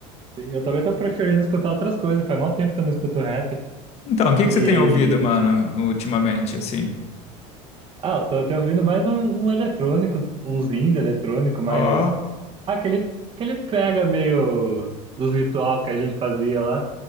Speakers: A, on the right; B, on the left.
A: eu também tô preferindo escutar outras coisas. Faz mó tempo que eu não escuto rap.
B: Então, o que que
A: E...
B: você tem ouvido, mano, ultimamente, assim?
A: Ah, eu tô até ouvindo mais um, um eletrônico, uns indie eletrônico, mas.
B: Ó,
A: Ah, aquele, aquele pega meio dos ritual que a gente fazia lá.